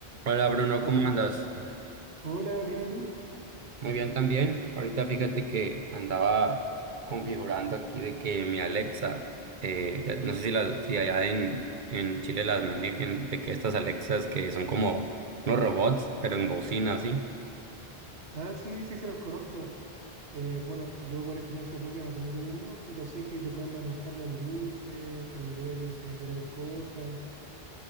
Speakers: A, on the right; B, on the right.
A: Hola Bruno, ¿cómo
B: Hol-
A: andas?
B: Hola, ¿bien y tú?
A: Muy bien también. Ahorita fíjate que andaba configurando aquí de que mi Alexa, eh, ya- no sé si, las, si allá en, en Chile las manejen, de que estas Alexas que son como unos robots, pero en bocina, así.
B: Ah, sí, sí, se los conozco. Eh, bueno, yo por experiencia propia no tengo uno, pero sé que te pueden manejar las luces, prender y encender cosas.